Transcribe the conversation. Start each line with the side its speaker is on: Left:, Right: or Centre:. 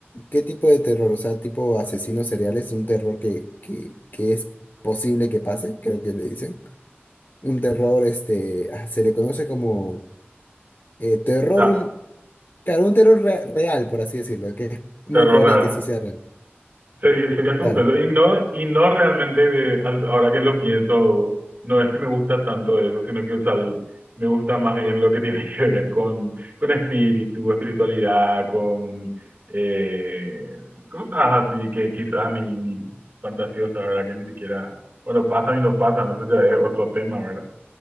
Left: ¿qué tipo de terror? O sea, tipo asesinos seriales, un terror que, que, que es posible que pase, creo que le dicen. Un terror, este, ah, se le conoce como eh, terror,
Right: o sea,
Left: un, claro, un terror re- real, por así decirlo, que es muy
Right: terror
Left: probable
Right: real.
Left: que sí sea real,
Right: Sería, sería suspenso.
Left: claro.
Right: Y no, y no realmente, de- al- ahora que lo pienso, no es que me gusta tanto eso, sino que, o sea, el- me gusta más bien lo que tiene <laughs> que ver con, con espíritu, espiritualidad, con eh, cosas así que quizás ni, ni fantasiosas, ¿verdad? Que ni siquiera, bueno, pasan y no pasan, eso ya es otro tema, ¿verdad?